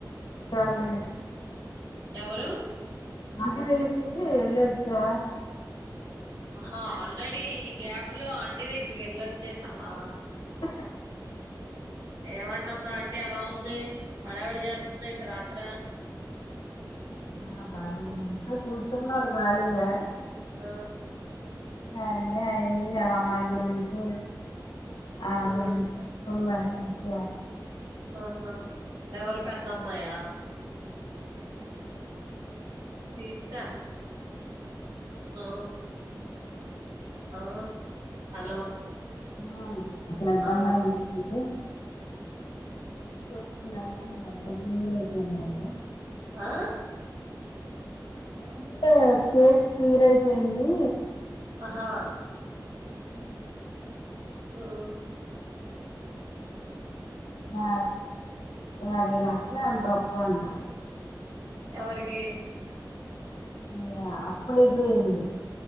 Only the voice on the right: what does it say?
ఎవరూ
ఆహా ఆల్రెడీ గ్యాప్ లో ఆంటిీ దగ్గరికి ఏల్లోచ్చేసావా
ఏమంటుందా ఆంటి అలా ఉంది హడావుడి చేస్తుందెంటి రాత్ర
ఆ
ఆ
ఆహా ఎవరు పెద్దమ్మాయ తీస్సా ఆ ఆ హలో
ఆ
ఆ
అహా
ఓ
ఎవరికీ